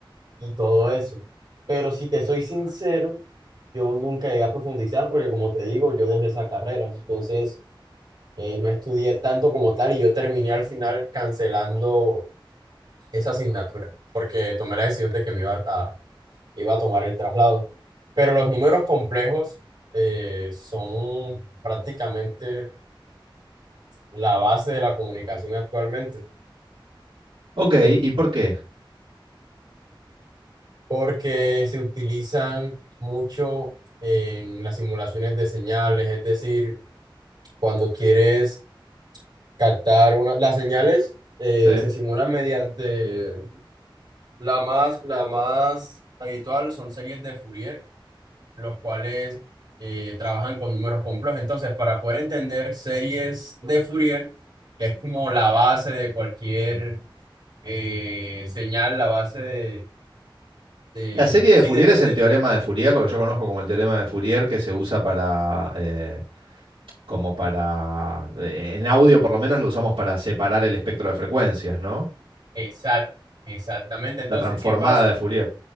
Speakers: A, on the right; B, on the right.
A: y todo eso. Pero si te soy sincero, yo nunca llegué a profundizar porque como te digo, yo dejé esa carrera. Entonces, eh, no estudié tanto como tal y yo terminé al final cancelando esa asignatura porque tomé la decisión de que me iba a, iba a tomar el traslado. Pero los números complejos eh, son prácticamente la base de la comunicación actualmente,
B: Ok, ¿y por qué?
A: porque se utilizan mucho en las simulaciones de señales, es decir, cuando quieres captar una, las señales eh,
B: sí.
A: se simulan mediante la más, la más habitual son series de Fourier, los cuales eh, trabajan con números complejos. Entonces, para poder entender series de Fourier, que es como la base de cualquier eh, señal, la base de de,
B: La serie de
A: sí,
B: Fourier
A: de este,
B: es
A: te-
B: el teorema de Fourier, lo que yo conozco como el teorema de Fourier que se usa para, eh, como para, eh, en audio por lo menos lo usamos para separar el espectro de frecuencias, ¿no?
A: exact- exactamente. Entonces,
B: La transformada
A: ¿qué pasa?
B: de Fourier.